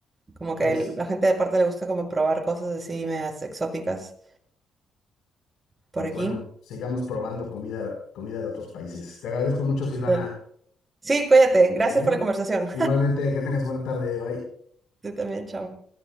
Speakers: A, on the right (about 25°); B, on the left (about 80°).
A: Como que
B: Pues.
A: el- la gente de parte le gusta como probar cosas así medias exóticas por
B: Pues
A: aquí.
B: bueno, sigamos probando comida, comida de otros países. Te agradezco mucho, Silvana.
A: Dale. Sí, cuídate. Gracias
B: ¿eh?
A: por la conversación.
B: Igualmente, que tengas buena tarde. Bye.
A: <laughs> Tú también, chao.